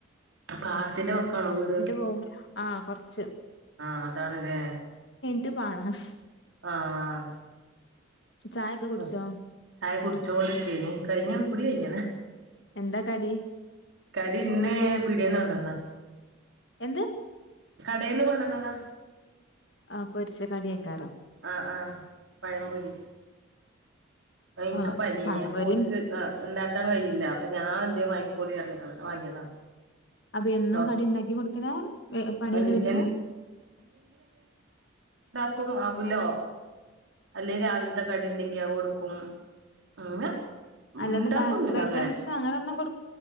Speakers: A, on the right; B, on the left.
A: പാടത്തിന്റെ വക്കാണോ വീട്
B: പോവും ആഹ് കൊറച്ച്
A: ആഹ് അതാണ്ലേ
B: ട്ട് പാടണം
A: ആഹ്
B: ചായൊക്കെ കുടിച്ചോ
A: ആ ചായ കുടിചോണ്ടികേയ്ന്നു കഴിഞ്ഞു കുടി കഴിഞ്ഞണ്
B: എന്താ കടി
A: കടി ഇന്ന് പീടിന്നൊണ്ടന്നതാ
B: എന്ത്
A: കടയിന്ന് കൊണ്ടന്നതാ
B: ആ പൊരിച്ച കടിയാക്കാരം
A: ആ ആഹ് പഴംപൊരി എനിക്ക്
B: ആഹ്
A: പനീനെ
B: പഴംപൊരിയും
A: അപ്പോൽക്ക് ആ ണ്ടാക്കാൻ കഴിയില്ല അപ്പൊ ഞാൻ എ വാങ്ങികോളി അറ്ഞ്ഞ് അങ്ങനെ വാങ്ങിയതാ
B: അപ്പൊ എന്നും
A: ഡോക്
B: കടി ഉണ്ടാക്കി കൊടുക്കലാ പണി
A: എൻ
B: അയ്ഞ്ഞ് വരുമ്പോ
A: എൻ ക്കും അവുലോ അല്ലെ രാവിൽത്തെ കടി ണ്ടെങ്കി അത് കൊടുക്കും ങ്ങനെ
B: അല്ലാതെ
A: ഉണ്ടാക്കൊന്നുല്ല
B: ബേക്കറി ഐറ്റംസ്
A: അങ്ങനെ
B: അങ്ങനൊന്നും